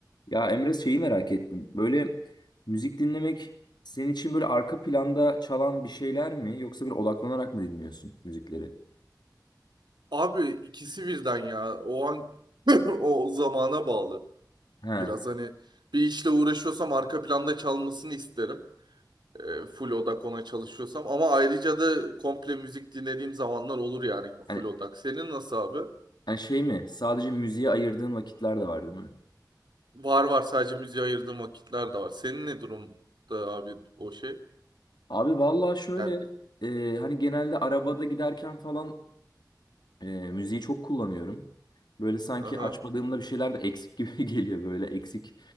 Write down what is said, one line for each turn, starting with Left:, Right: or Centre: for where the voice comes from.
Left: Ya Emre şeyi merak ettim. Böyle müzik dinlemek senin için böyle arka planda çalan bir şeyler mi yoksa bir odaklanarak mı dinliyorsun müzikleri?
Right: Abi ikisi birden ya. O an <laughs> o zamana bağlı.
Left: Ha.
Right: Biraz hani bir işle uğraşıyorsam arka planda çalmasını isterim. E, full odak ona çalışıyorsam. Ama ayrıca da komple müzik dinlediğim zamanlar olur yani
Left: Hani,
Right: full odak. Senin nasıl abi?
Left: hani şey mi? Sadece müziğe ayırdığın vakitler de var değil mi?
Right: Var var sadece müziğe ayırdığım vakitler de var. Senin ne durumda abi o şey?
Left: Abi vallahi şöyle
Right: Yani.
Left: e, hani genelde arabada giderken falan E, müziği çok kullanıyorum. Böyle sanki
Right: Aha.
Left: açmadığımda bir şeyler de eksik gibi <laughs> geliyor. Böyle eksik